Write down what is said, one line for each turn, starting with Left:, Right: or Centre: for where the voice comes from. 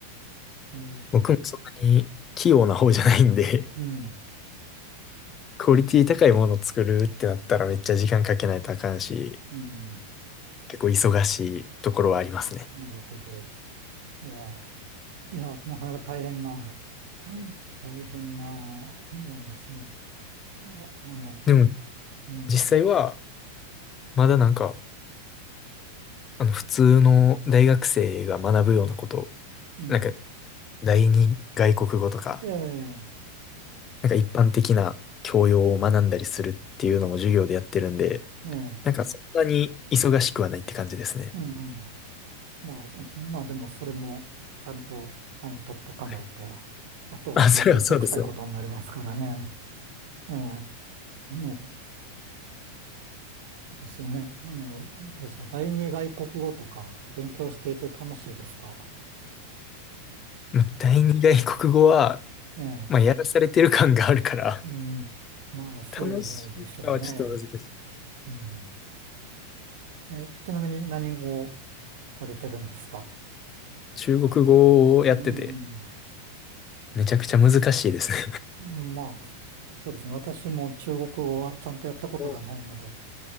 Right: えー
Left: 僕もそんなに器用な方じゃないんで、
Right: うん、
Left: <laughs> クオリティ高いものを作るってなったらめっちゃ時間かけないとあかんし、
Right: うん、
Left: 結構忙しいところはありますね。
Right: なるほど。いや、いや、なかなか大変な、うん大変なものですね。いや、あの、
Left: でも
Right: うん、
Left: 実際はまだなんか、あの普通の大学生が学ぶようなこと
Right: うん、
Left: なんか、第二外国語とか、
Right: ええ、
Left: なんか一般的な教養を学んだりするっていうのも授業でやってるんで、
Right: ええ、
Left: なんかそんなに忙しくはないって感じですね。
Right: うん、うんまあ、まあでもそれもちゃんと単位取っとかないと、
Left: はい。
Right: あとはあとめんどくさいことになりますからね。
Left: あ、それはそうですね。
Right: ええ、あの、ですよね。あの、どうですか、第二外国語とか勉強していて楽しいですか
Left: まあ第二外国語は、
Right: ええ
Left: まあ、やらされてる感があるから、
Right: うん。まあ、そうでしょうね。
Left: 楽しいかはちょっと難しい。
Right: うん。え、ちなみに何をされてるんですか
Left: 中国語をやってて、
Right: うん。
Left: めちゃくちゃ難しいですね。
Right: まあ、そうですね。私も中国語はちゃんとやったことがないので、
Left: お